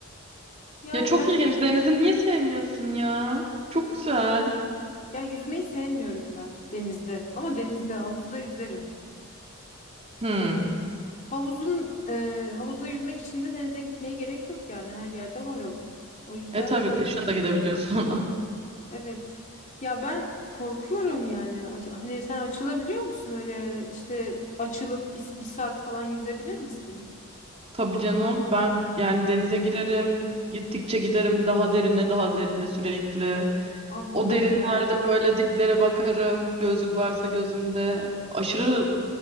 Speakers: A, on the left; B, on the right.
A: Yani
B: Ya çok
A: ben
B: ilginç. Denizi niye sevmiyorsun ya? Çok güzel.
A: Ya yüzmeyi sevmiyorum ben denizde. Ama denizde, havuzda yüzerim.
B: hmm
A: Havuzun e, havuzda yüzmek için de denize gitmeye gerek yok yani. Her yerde var havuz. O yüzden
B: E tabii kışın da gidebiliyorsun ona.
A: evet. Ya ben korkuyorum yani. Aç- Hani sen açılabiliyor musun öyle işte açılıp bir, bir saat falan yüzebilir misin?
B: Tabii canım. Ben yani denize girerim. Gittikçe giderim daha derine daha derine sürekli.
A: Allah
B: O derinlerde
A: Allah.
B: böyle diplere bakarım. Gözlük varsa gözümde. Aşırı